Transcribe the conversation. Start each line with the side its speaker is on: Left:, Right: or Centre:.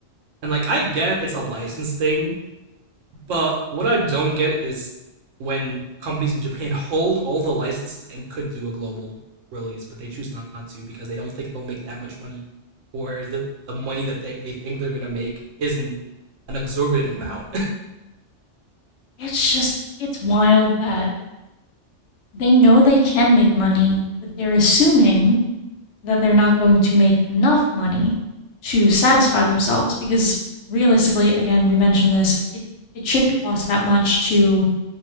Right: And like I get it's a license thing, But what I don't get is when companies in Japan hold all the licenses and could do a global release, but they choose not to because they don't think they'll make that much money, or the the money that they, they think they're gonna make isn't an exorbitant amount,
Left: It's just, it's wild that they know they can make money, but they're assuming that they're not going to make enough money to satisfy themselves because realistically again we mentioned this it, it shouldn't cost that much to